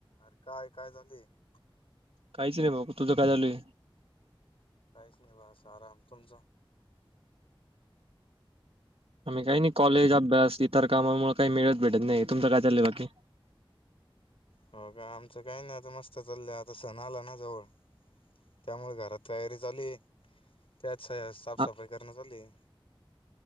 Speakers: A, on the left; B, on the right.
A: अर काय काय झालय. <inaudible>
B: काहीच <unintelligible> तुझं काय <unintelligible>
A: काहीच नि बा अस आराम, तुमचा?
B: आम्ही काही नाही कॉलेज अभ्यास इतर त्यामुळ मला काही मिळत भेटत नाही तुमचं काय चाललंय बाकी?
A: हो का आमचं काही नाही आता मस्त चाललंय. आता सण आला ना जवळ त्यामुळे घरात तयारी चालू आहे. त्यात च साफसफाई
B: आ-
A: करणं चाललंय.